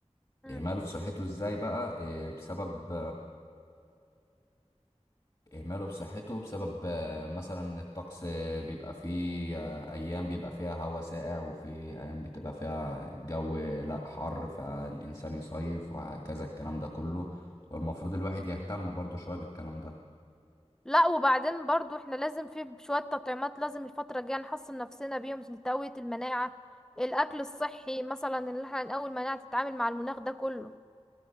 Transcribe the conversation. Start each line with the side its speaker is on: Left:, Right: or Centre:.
Centre: مم.
Left: إهماله في صحته إزاي بقى آه، بسبب إهماله بصحته بسبب آه، مثلا الطقس آه، بيبقى فيه آه، أيام بيبقى فيها هواء ساقع وفي أيام بتبقى فيها الجو لأ حر فالإنسان يصيف وهكذا الكلام ده كله والمفروض الواحد يهتم برضه شوية بالكلام ده
Centre: لا وبعدين برضو احنا لازم في شوية تطعيمات لازم الفترة الجاية نحصن نفسنا بيهم عشان تقوية المناعة الأكل الصحي مثلا اللي احنا نقوي المناعة تتعامل مع المناخ ده كله